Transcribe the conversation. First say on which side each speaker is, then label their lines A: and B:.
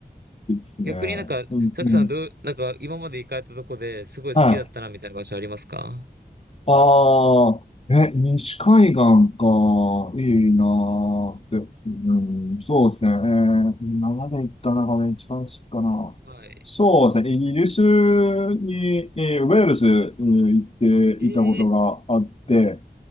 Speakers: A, on the left; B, on the right.
A: いいですね。
B: 逆になんか、
A: うん、
B: サクさんどう、
A: うん。
B: なんか今まで行かれたとこですごい好きだったなみたいな場所ありますか
A: はい。ああ、え、西海岸か。いいなーって。うん、そうですね。えー今まで行った中で一番好きかな。
B: はい。
A: そうですね。イギリスに、えーウェールズ、えー行っていたことがあって、
B: ええ